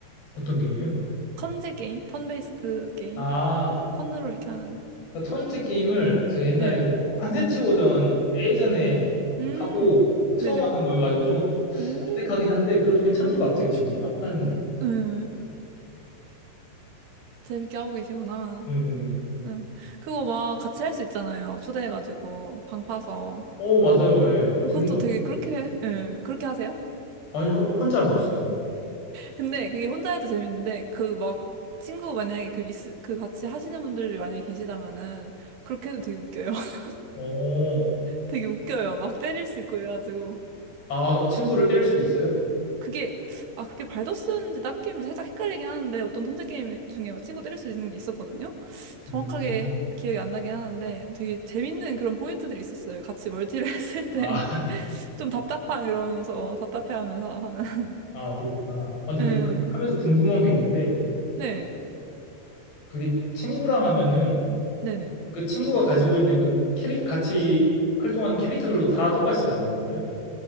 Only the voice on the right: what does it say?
턴제 게임? 턴베이스드 게임?
턴으로 이렇게 하는.
네.
음,
네네.
오,
응. 재밌게 하고 계시구나.
응. 그거 막 같이 할 수 있잖아요. 초대해가지고, 방 파서.
그것도
되게
그렇게, 예, 그렇게 하세요?
근데 그게 혼자 해도 재밌는데, 그 막, 친구 만약에 그, 있, 그 같이 하시는 분들이 만약에 계시다면은, 그렇게 해도 되게 웃겨요. <laughs>
되게 웃겨요. 막 때릴 수 있고 이래가지고.
그게 아 그게 발더스인지 다른 게임인지 살짝 헷갈리긴 하는데 어떤 턴제 게임 중에 막 친구 때릴 수 있는 게 있었거든요. 정확하게
기억이 안 나긴 하는데 되게 재밌는 그런 포인트들이 있었어요. 같이 멀티를 <laughs> 했을 때
좀 답답한 그러면서 답답해하면서 하는.
<laughs> 네,
네,
네, 네.